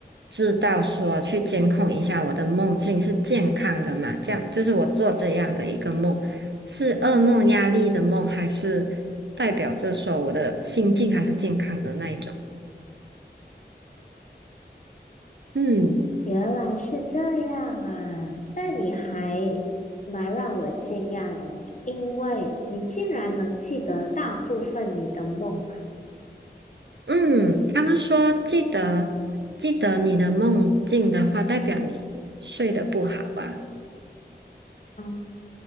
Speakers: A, on the right; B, on the left.
A: 知道说去监控一下我的梦境是健康的嘛？这样就是我做这样的一个梦，是噩梦、压力的梦，还是代表着说我的心境还是健康的那一种？嗯。
B: 原来是这样啊，但你还蛮让我惊讶的诶因为你竟然能记得大部分你的梦啊。
A: 嗯，他们说记得记得你的梦境的话，代表你睡得不好吧？
B: 嗯，